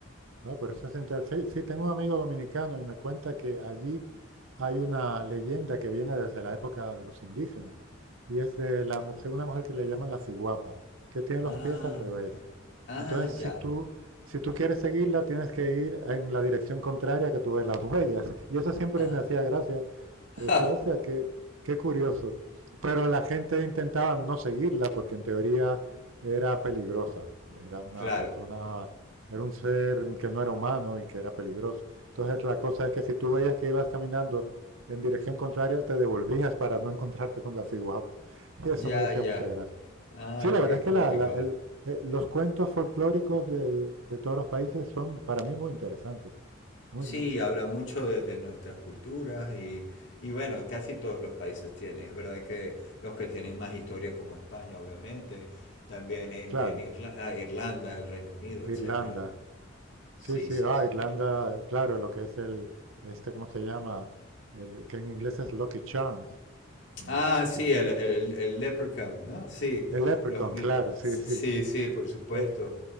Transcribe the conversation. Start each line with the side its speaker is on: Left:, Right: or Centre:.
Right: Ah, pero eso es interesante. Sí, sí, tengo un amigo dominicano y me cuenta que allí hay una leyenda que viene desde la época de los indígenas y es de la mujer, una mujer que le llaman la ciguapa, que tiene
Left: Ah,
Right: los pies al revés.
Left: claro. ah,
Right: Entonces,
Left: ya.
Right: si tú, si tú quieres seguirla, tienes que ir en la dirección contraria que tú ves las huellas. Y eso siempre
Left: Ah,
Right: me hacía gracia. Pero
Left: <laughs>
Right: decía, o sea, qué, qué curioso. Pero la gente intentaba no seguirla porque en teoría era peligrosa. Era una
Left: claro,
Right: persona era un ser que no era humano y que era peligroso. Entonces la cosa es que si tú veías que ibas caminando en dirección contraria, te devolvías para no encontrarte con la ciguapa. Y <laughs> eso
Left: ya,
Right: me hacía
Left: ya.
Right: mucha gracia.
Left: Ah,
Right: Sí, la
Left: qué
Right: verdad es
Left: cómico.
Right: que la- la- el- eh, los cuentos folclóricos de, de todos los países son para mí muy interesantes. Muy
Left: Sí,
Right: mucho.
Left: habla mucho de, de nuestras culturas y, y bueno, casi todos los países tienen. Es verdad que los que tienen más historia como España, obviamente, también en,
Right: Claro,
Left: en Irla- ah, Irlanda, el Reino Unido,
Right: Irlanda.
Left: etcétera, ¿no? Sí,
Right: Sí, sí,
Left: sí,
Right: ah,
Left: sí.
Right: Irlanda, claro, lo que es el, este, ¿cómo se llama? El, que en inglés es Lucky Charms, eh,
Left: Ah, sí,
Right: que es
Left: el,
Right: el,
Left: el, el Leprechaun, ¿no? Sí,
Right: el leprechaun,
Left: los, lo-
Right: claro, sí,
Left: sí,
Right: sí.
Left: sí, por supuesto.
Right: Eh,